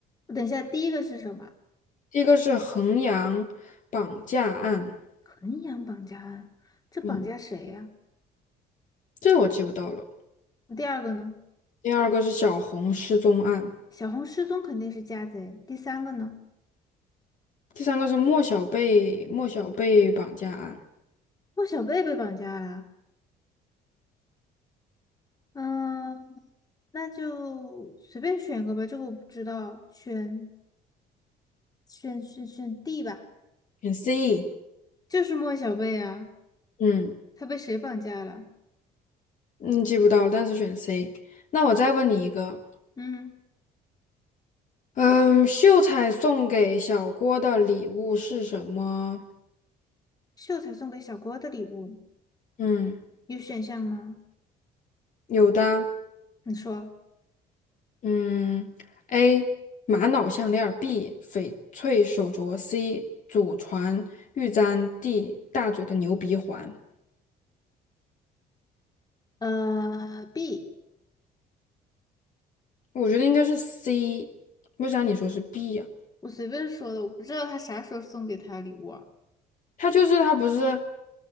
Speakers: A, on the left; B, on the left.
A: 等一下，第一个是什么？
B: 第一个是衡阳绑架案，
A: 衡阳绑架案，这绑架谁呀、
B: 嗯，这我记不到了。
A: 第二个呢？
B: 第二个是小红失踪案，
A: 小红失踪肯定是家贼。第三个呢？
B: 第三个是莫小贝莫小贝绑架案。
A: 莫小贝被绑架了。嗯，那就随便选一个吧，这个我不知道，选选选选 D 吧，
B: 选 C。
A: 就是莫小贝啊，
B: 嗯
A: 他被谁绑架了？
B: 嗯，记不到了，但是选 C。那我再问你一个，
A: 嗯，
B: 嗯，秀才送给小郭的礼物是什么？
A: 秀才送给小郭的礼物
B: 嗯，
A: 有选项吗？
B: 有的。
A: 你说，
B: 嗯，A 玛瑙项链儿 b 翡翠手镯，C 祖传玉簪，D 大嘴的牛鼻环。
A: 呃，B，
B: 我觉得应该是 C，为啥你说是 B 呀、
A: 我随便说的，我不知道他啥时候送给他礼物啊。
B: 他就是他不是，